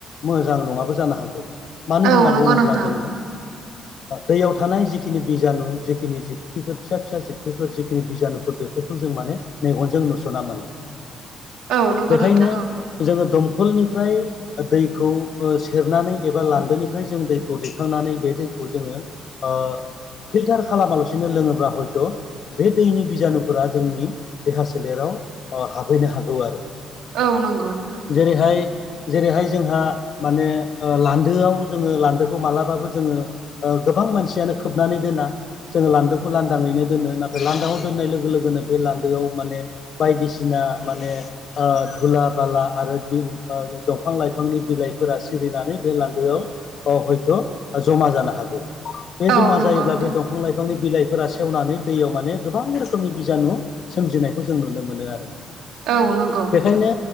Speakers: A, on the left; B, on the right.
A: मोजां नङाबो जानो हागौ मानो
B: औ
A: होनना
B: नंगौ
A: बुङोब्ला
B: नोंथां
A: जोङो दैयाव ओ थानाय जिखिनि बिजानु जिखिनि जिबख्रिफोर फिसा फिसा जिबख्रिफोर जिखिनि बिजानुफोर बेफोरखौ जों माने मेगनजों नुस'ना मोना
B: औ नंगौ
A: बेखायनो
B: नोंथां औ
A: जोङो दम खलनिफ्राय दैखौ सेरनानै एबा लान्दोनिफ्राय जों दैखौ दैखांनानै बे दै खौ जोङो ओ फिल्टार खालामालासि नो लोङोब्ला हयथ' बे दैनि बिजानुफोरा जोंनि देहा सोलेराव ओ हाबहैनो हागौ आरो।
B: औ नोंग' नोंथां।
A: जेरैहाय जेरैहाय जोंहा माने ओ लान्दोआव जोङो लान्दोखौ मालाबाबो जोङो ओ गोबां मानसियानो खोबनानै दोना जोङो लान्दोखौ लान्दाङैनो दोनो नाथाय लान्दाङआव दोननाय लोगो लोगोनो बे लान्दोआव माने बायदिसिना माने ओ धुला बाला आरो बिन आ दंफां-लाइफांनि बिलाइफोरा सिरिना बे लान्दोआव हयथ' जमा जानो हागौ बे
B: औ
A: जमा
B: नंगौ
A: जायोब्ला
B: नोंथां
A: बे दं फां लाइफांनि बिलाइफोरा सेवनानै दैयाव माने गोबां रोखोमनि बिजानु सोमजिनायखौ जों नुनो मोनो आरो
B: औ नंगौ नोंथां
A: बेखायनो